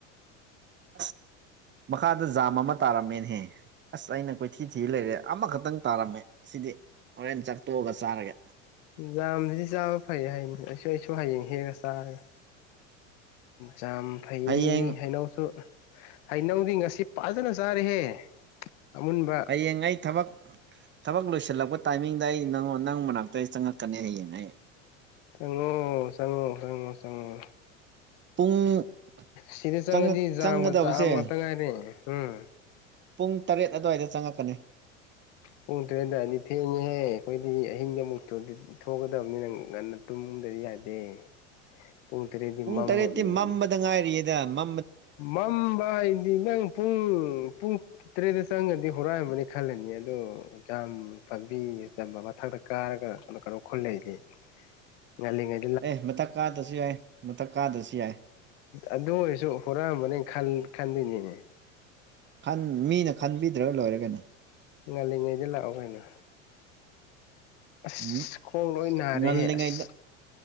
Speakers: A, on the right; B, on the left.
A: ꯑꯁ ꯃꯈꯥꯗ ꯖꯥꯝ ꯑꯃ ꯇꯥꯔꯝꯃꯦꯅꯍꯦ ꯑꯁ ꯑꯩꯅ ꯀꯣꯏꯊꯤ ꯊꯤ ꯂꯩꯔꯦ ꯑꯃꯈꯛꯇꯪ ꯇꯥꯔꯝꯃꯦ ꯑꯁꯤꯗꯤ ꯍꯣꯔꯦꯟ ꯆꯥꯛꯠꯇꯣꯛꯑꯒ ꯆꯥꯔꯒꯦ
B: ꯌꯥꯝꯗꯨꯗꯤ ꯆꯥꯕ ꯐꯩ ꯍꯥꯏꯅꯤ ꯑꯩꯁꯨ ꯑꯩꯁꯨ ꯍꯌꯦꯡ ꯍꯦꯛꯒ ꯆꯥꯔꯒꯦ ꯆꯝ ꯐꯩ
A: ꯍꯌꯦꯡ
B: ꯍꯩꯅꯧꯁꯨ ꯍꯩꯅꯧꯗꯤ ꯉꯁꯤ ꯐꯖꯅ ꯆꯥꯔꯤꯍꯦ ꯑꯃꯨꯟꯕ
A: ꯍꯌꯦꯡꯉꯩ ꯊꯕꯛ ꯊꯕꯛ ꯂꯣꯏꯁꯤꯜꯂꯛꯄ ꯇꯥꯏꯃꯤꯡꯗ ꯑꯩ ꯅꯪ ꯅꯪ ꯃꯅꯥꯛꯇ ꯆꯪꯉꯛꯀꯅꯤ ꯍꯌꯦꯡꯉ ꯑꯩ
B: ꯆꯉꯣ ꯆꯉꯣ ꯆꯉꯣ ꯆꯉꯣ
A: ꯄꯨꯡ
B: ꯁꯤꯗ ꯆꯪꯉꯗꯤ
A: ꯆꯪꯉꯛ
B: ꯆꯥꯛ
A: ꯆꯪꯒꯗꯕꯁꯦ
B: ꯉꯥꯛꯇ ꯉꯥꯏꯔꯦ ꯎꯝ
A: ꯄꯨꯡ ꯇꯔꯦꯠ ꯑꯗꯨꯋꯥꯏꯗ ꯆꯪꯉꯛꯀꯅꯤ
B: ꯄꯨꯡ ꯇꯔꯦꯦꯟ ꯑꯗꯨꯋꯥꯏꯗꯤ ꯊꯦꯡꯉꯦꯍꯦ ꯑꯩꯈꯣꯏꯗꯤ ꯑꯍꯤꯡꯗ ꯑꯃꯨꯛꯇ꯭ꯔꯗꯤ ꯊꯣꯛꯀꯗꯕꯅꯤ ꯅꯪ ꯉꯟꯅ ꯇꯨꯝꯒꯗꯗꯤ ꯌꯥꯗꯦ
A: <unintelligible>
B: ꯄꯨꯡ ꯇꯔꯦꯠꯗꯤ
A: ꯄꯨꯡ
B: ꯃꯃꯔꯅꯤ
A: ꯇꯔꯦꯠꯇꯤ ꯃꯝꯕꯗ ꯉꯥꯏꯔꯤꯌꯦꯗ ꯃ
B: ꯃꯝꯕ ꯍꯥꯏꯗꯤ ꯅꯪ ꯄꯨꯡ ꯄꯨꯡ ꯀꯇ꯭ꯔꯦꯗ ꯆꯪꯒꯗꯤ ꯍꯔꯑꯕꯅꯤ ꯈꯂꯦꯅꯤ ꯑꯂꯣ ꯥ ꯄꯥꯝꯕꯤ ꯆꯝꯕ ꯃꯊꯛꯇ ꯀꯥꯔꯒ ꯀꯩꯅ ꯈꯣꯜ ꯂꯩꯗꯤ ꯉꯜꯂꯤꯉꯥꯏ
A: ꯑꯦ ꯃꯊꯛ ꯀꯥꯗ꯭ꯔꯁꯨ ꯌꯥꯏ ꯃꯊꯛ ꯀꯥꯗ꯭ꯔꯁꯨ ꯌꯥꯏ
B: ꯑꯗꯨ ꯑꯣꯏꯔꯁꯨ ꯍꯣꯔꯛꯑꯝꯕꯅꯤ ꯈꯟꯗꯣꯏꯅꯦ
A: ꯟ ꯃꯤꯅ ꯈꯟꯕꯤꯗ꯭ꯔꯒ ꯂꯣꯏꯔ ꯀꯩꯅꯣ
B: ꯉꯥꯜꯂꯤꯉꯩꯗ ꯂꯥꯛꯑꯣ ꯀꯩꯅꯣ ꯑꯁ
A: ꯎꯝ
B: ꯈꯣꯡ ꯂꯣꯏ ꯅꯥꯔꯦꯍꯦ
A: ꯉꯜꯂꯤꯉꯩꯗ
B: ꯑꯁ